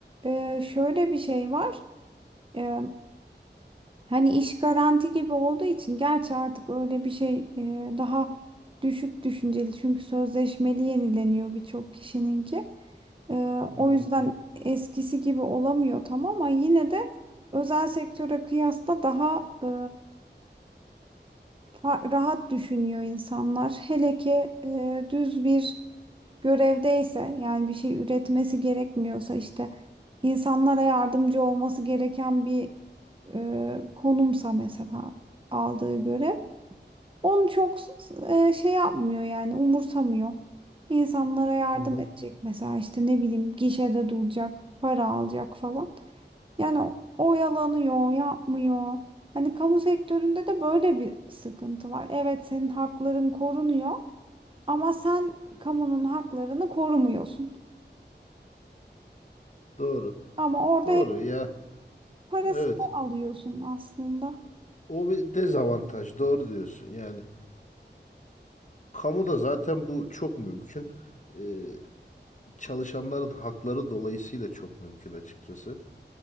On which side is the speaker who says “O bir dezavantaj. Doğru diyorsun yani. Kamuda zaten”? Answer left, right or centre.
Left